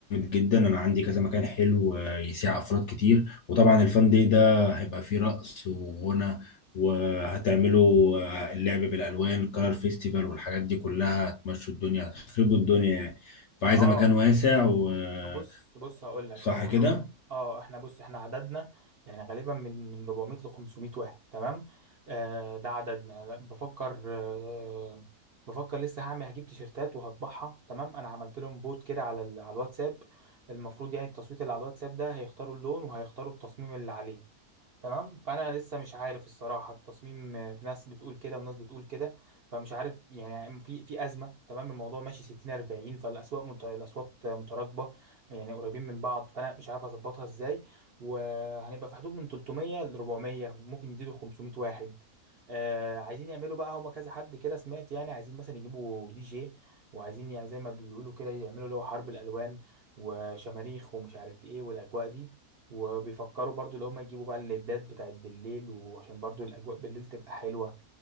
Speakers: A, on the left; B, on the right.
A: جدا انا عندي كذا مكان حلو آه، يسيع افراد كتير وطبعا الفان دي ده هيبقى فيه رقص وغنى وهتعملوا آه، اللعب بالالوان كار فيستيفال والحاجات دي كلها هتمشوا الدنيا هتخربوا الدنيا يعني فعايزه
B: اه
A: مكان واسع و آه،
B: بص بص هقول لك
A: صح
B: احنا
A: كده
B: اه احنا بص احنا عددنا يعني غالبا من من 400 ل 500 واحد تمام آه ده عددنا لا، بفكر آه بفكر لسه هعمل هجيب تيشرتات وهطبعها تمام انا عملت لهم فوت كده على ال- على الواتساب المفروض يعني التصويت اللي على الواتساب ده هيختاروا اللون وهيختاروا التصميم اللي عليه تمام فانا لسه مش عارف الصراحه التصميم آه، في ناس بتقول كده وناس بتقول كده فمش عارف يعني في في ازمه تمام الموضوع ماشي 60 40 فالاسواق مت... الاصوات متراكبه يعني قريبين من بعض فانا مش عارف اظبطها ازاي وهنبقى في حدود من 300 ل 400 ممكن يزيدوا 500 واحد آه عايزين يعملوا بقى هما كذا حد كده سمعت يعني عايزين مثلا يجيبوا دي جي وعايزين يعني زي ما بيقولوا كده يعملوا اللي هو حرب الالوان وشماريخ ومش عارف ايه والاجواء دي وبيفكروا برضو اللي هم يجيبوا بقى الليدات بتاعت بالليل وعشان برضو الاجواء بالليل تبقى حلوه